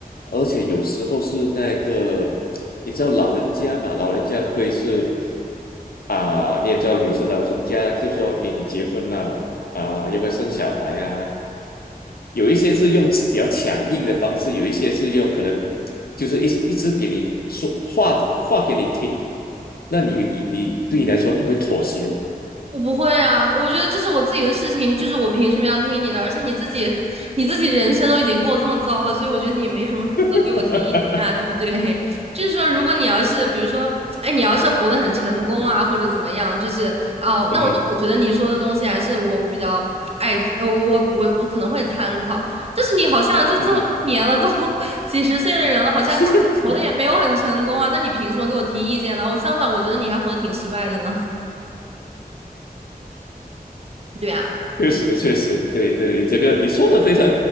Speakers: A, on the left (about 75°); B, on the right (about 40°).
A: 而且有时候是那个，你知道老人家嘛，老人家会是。啊，你也知道，有时老人家就说：“哎，你结婚了啊，要不要生小孩啊？”有一些是用比较强硬的方式，有一些是用可能就是一一直给你说话话给你听。那你你你对你来说，你会妥协吗？
B: 我不会啊，我觉得这是我自己的事情，就是我凭什么要听你的？而且你自己，<laughs> 你自己人生都已经过这么糟了，所以我觉得你也没什么资格给我提意见啊，
A: <laughs>
B: 对不对？<laughs> 就是说，如果你要是，比如说，哎，你要是活得很成功啊，或者怎么样，就是哦，
A: 嗯哼
B: 那我我觉得你说的东西还是我我比较爱，呃我我我我可能会参考。但是你好像就这么多年了，
A: 嗯哼
B: 都 <laughs> 几十岁的人了，好像看活的也没有很成功啊，
A: <laughs>
B: 那你凭什么给我提意见呢？我相反，我觉得你还活得挺失败的呢。<laughs> 对啊，
A: 确实确实，对对，你这个你说的非常